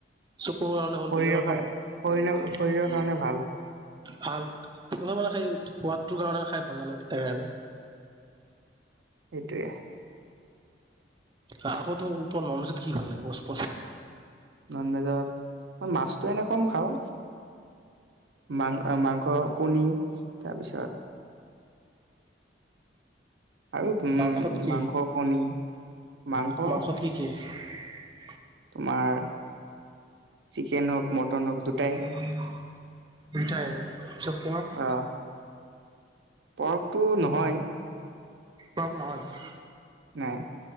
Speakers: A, on the right; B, on the right.
A: চকুৰ কাৰণে হ'ল
B: শৰীৰৰ
A: বেলেগৰ কাৰণে
B: শৰীৰৰ শৰীৰৰ কাৰণে ভাল
A: ভাল নহয় মানে সেই সোৱাদটোৰ কাৰণে খাই ভাল নালাগে, তিতা কেৰলা
B: এইটোৱে
A: আকৌতো তোৰ ন'ন ভেজত কি ভাল লাগে ক কোৱাচোন?
B: ন'ন ভেজত মই মাছতটো এনেই কম খাওঁ। মাং এ মাংস কণী তাৰপিছত আৰু উম,
A: মাংসত কি
B: মাংস, কণী, মাংস
A: মাংসত কি কি <unintelligible>
B: তোমাৰ চিকেন হও'ক মটন হও'ক দুটাই।
A: <unintelligible> দুটাই <unintelligible> কোৱৰ
B: অ' পৰ্কটো নহয়।
A: পৰ্ক নহয়।
B: নাই।